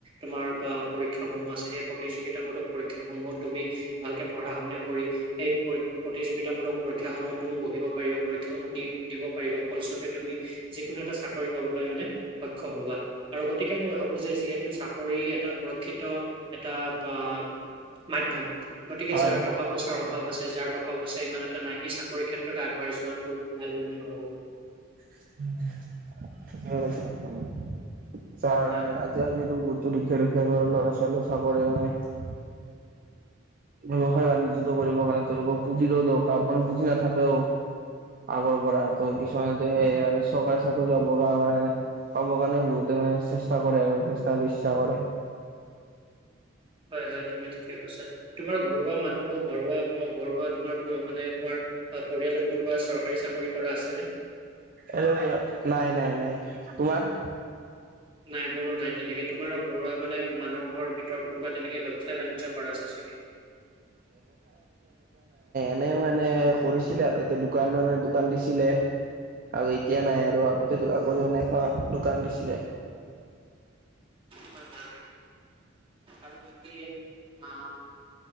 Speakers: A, on the right; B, on the right.
A: তোমাৰ বা পৰীক্ষা সমূহ আছে, সেই প্ৰতিযোগিতামূলক পৰীক্ষাসমূহত তুমি ভালকে পঢ়া-শুনা কৰি সেই পৰি প্ৰতিযোগিতামূলক পৰীক্ষাসমূহ তুমি বহিব পাৰিবা, পৰীক্ষাসমূহ দি দিব পাৰিবা। ফলস্বৰূপে তুমি যি কোনো এটা চাকৰি পাবলৈ মানে সক্ষম হ'বা আৰু গতিকে মই ভাবো যে যিহেতু চাকৰি এটা শিক্ষিত এটা আ মাধ্যম। গতিকে
B: হয়
A: যাৰ টকা-পইচাৰ অভাৱ আছে যাৰ টকা-পইচা ইমান এটা নাই, সি চাকৰিৰ ক্ষেত্ৰত আগবাঢ়ি যোৱাটো ভাল বুলি মই ভাবোঁ।
B: <unintelligible> চা আৰু
A: হয়
B: মানে আজি আমি বহুতো দুখ দুখীয়া ঘৰৰ ল'ৰা ছোৱালীৰ চাকৰিও নাই, <unintelligible> ব্যৱসায় বাণিজ্যটো কৰিবৰ কাৰণে তেওঁলোকৰ পুঁজিৰো দৰকাৰ পৰে, মানে পুঁজি নাথাকেও আগৰ পৰা, ত' কিছমানোতো সেই চৰকাৰী চাকৰি লব বা মানে পাব কাৰণে বহুতে মানে চেষ্টা কৰে আৰু, চেষ্টা বিশ্বাস কৰে।
A: <unintelligible> হয়, হয়, তুমি ঠিকে কৈছা, তোমাৰ ঘৰুৱা মানুহ ঘৰুৱা-ঘৰুৱা তোমাৰ মানে তোমাৰ পৰিয়ালত কোনোবা চৰকাৰী চাকৰি কৰা আছেনে?
B: এই নাই, নাই, নাই, তোমাৰ?
A: নাই মোৰো নাই তেনেকে তোমাৰো ঘৰুৱা মানে মানুহ ঘৰৰ ভিতৰত কোনোবা তেনেকে ব্যৱসায় বাণিজ্য কৰা আছে চাগে?
B: মানে মানে কৰিছিলে আগতে দোকান মানে দোকান দিছিলে। আৰু এতিয়া নাই আৰু আগতে আগতে এনেকোৱা দোকান দিছিলে।
A: হয়, হয়, আৰু বাকী, আ